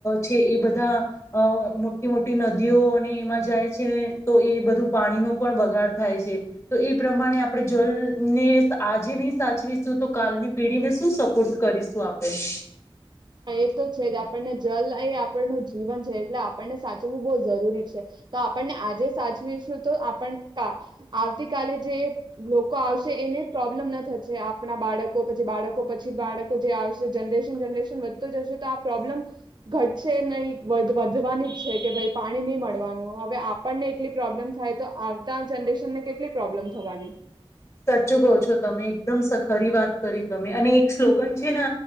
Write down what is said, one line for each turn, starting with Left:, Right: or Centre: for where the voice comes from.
Left: છે એ બધા અ મોટી મોટી નદીઓને એમાં જાય છે તો એ બધું પાણીનો પણ વગાડ થાય છે તો એ પ્રમાણે આપણે જલને આજે નહી સાચવીશું તો કાલની પેઢીને શું સપોર્દ કરીશું આપણે <inaudible>
Right: એ તો છે આપણને જલ એ આપણનું જીવન છે એટલે આપણને સાચવું બહુ જરૂરી છે તો આપણને આજે સાચવીશું તો આપણ આવતી કલે જે લોકો આવશે એને પ્રોબ્લેમ ના થશે આપ આપણા બાળકો પછી બાળકો પછી બાળક તો જે આવશે જનરેશન જનરેશન વધતો જશે તો આ પ્રોબ્લેમ ઘટશે નહી વધવાની જ છે કે ભાઈ પાણી નહી મળવાનું હવે આપણને એટલી પ્રોબ્લેમ થાય તો આવતા જનરેશનને કેટલી પ્રોબ્લેમ થવાની
Left: સાચું કહો છો તમે એકદમ સ ખરી વાત કરી તમે અને એક સ્લોગન છે ને